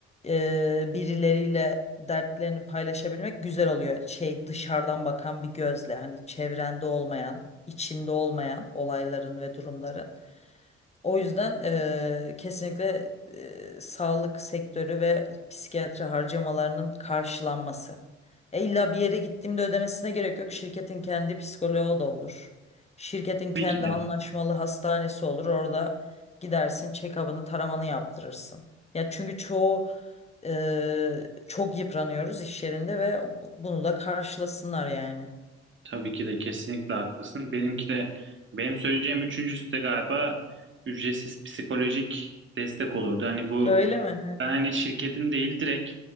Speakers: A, on the left; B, on the right.
A: e, birileriyle dertlerini paylaşabilmek güzel oluyor. Şey dışarıdan bakan bir gözle hani çevrende olmayan, içinde olmayan olayların ve durumları. O yüzden eee, kesinlikle eee, sağlık sektörü ve psikiyatri harcamalarının karşılanması. E, illa bir yere gittiğimde ödemesine gerek yok. Şirketin kendi psikoloğu da olur. Şirketin
B: Tabii
A: kendi
B: ki de.
A: anlaşmalı hastanesi olur. Orada gidersin, check-up'ını, taramanı yaptırırsın. Ya çünkü çoğu eee, çok yıpranıyoruz iş yerinde ve bunu da karşılasınlar yani.
B: Tabii ki de kesinlikle haklısın. Benimki de benim söyleyeceğim üçüncüsü de galiba ücretsiz psikolojik destek olurdu. Hani bu
A: Öyle mi?
B: Ben hani şirketin değil direkt